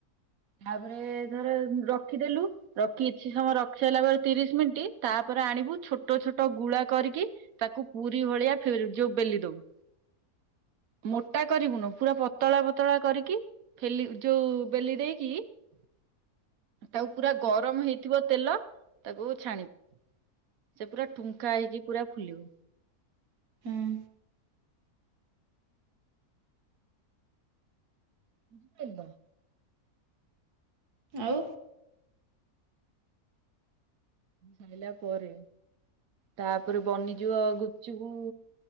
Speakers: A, on the right (about 70°); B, on the right (about 85°).
A: ତାପରେ ଧର ରଖିଦେଲୁ ରଖି କିଛି ସମୟ ରଖି ସାରିଲା ପରେ ତିରିଶ ମିନିଟ୍ ତାପରେ ଆଣିବୁ ଛୋଟ ଛୋଟ ଗୁଳା କରିକି ତାକୁ ପୁରୀ ଭଳିଆ ଯୋଉ ବେଲି ଦବୁ।
B: ହ
A: ମୋଟା କରିବୁନୁ ପୁରା ପତଳା ପତଳା କରିକି ଫେଲି ଯୋଉ ବେଲି ଦେଇକି। କି? ତାକୁ ପୁରା ଗରମ ହେଇଥିବ ତେଲ ତାକୁ ଛାଣିବୁ। ସେ ପୁରା ଟୁଙ୍କା ହେଇକି ପୁରା ଫୁଲିବ
B: ହୁଁ
A: ବୁଝିପାରିଲ?
B: ଆଉ
A: ଖାଇଲା ପରେ ତାପରେ ବନିଯିବ ଗୁପଚୁପ